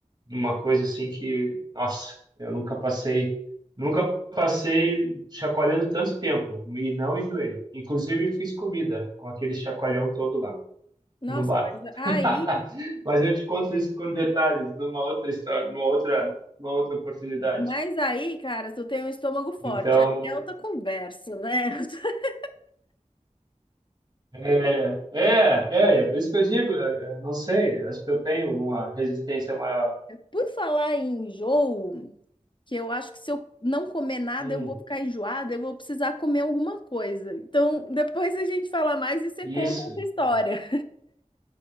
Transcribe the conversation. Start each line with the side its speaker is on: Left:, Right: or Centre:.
Right: uma coisa assim que, nossa, eu nunca passei, nunca passei chacoalhando tanto tempo e não enjoei. Inclusive fiz comida com aquele chacoalhão todo lá
Left: Nossa,
Right: no barco.
Left: mas aí,
Right: <laughs> Mas eu te conto isso com detalhes numa outra história, numa outra, numa outra oportunidade.
Left: mas aí, cara, se eu tenho um estômago forte,
Right: Então,
Left: aí é outra conversa, né? <laughs>
Right: é, é, é,
Left: Outra
Right: é por isso que eu digo, é, é, não sei, acho que eu tenho alguma resistência maior.
Left: Por falar em enjoo, que eu acho que se eu não comer nada,
Right: Hum,
Left: eu vou ficar enjoada, eu vou precisar comer alguma coisa. Então, depois a gente fala mais e você
Right: isso.
Left: conta essa história,
Right: né?